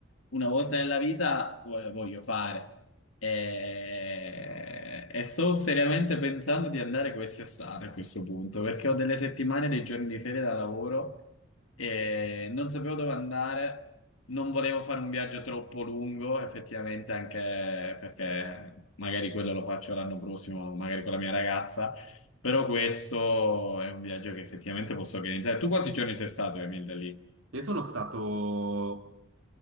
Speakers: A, on the left; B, on the right.
A: una volta nella vita vo- voglio fare. E, e sto seriamente pensando di andare quest'estate a questo punto, perché ho delle settimane, dei giorni di ferie da lavoro e non sapevo dove andare, non volevo fare un viaggio troppo lungo, effettivamente anche perché magari quello lo faccio l'anno prossimo, magari con la mia ragazza. Però questo è un viaggio che effettivamente posso organizzare. Tu quanti giorni sei stato, Emil, da lì?
B: Io sono stato